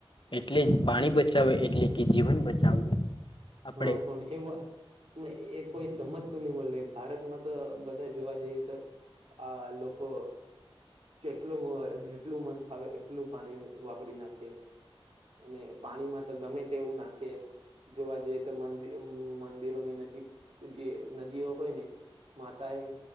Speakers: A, on the left; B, on the right.
A: એટલે જ પાણી બચાવે એટલે કે જીવન બચાવવું. આપણે
B: હા પણ. એ વા પણ એ કોઈ સમજતું નહી મળ ભારતમાં તો બધા જોવા જઈએ તો. આ લોકો. જેટલું જેટલું મન ફાવે એટલું પાણી વાપરી નાખીએ. અને પાણીમાં તો ગમે તે એવું નાખે જોવા જઈ. મંદિરોની નજીક જે નદીઓ હોય ને. માતા એ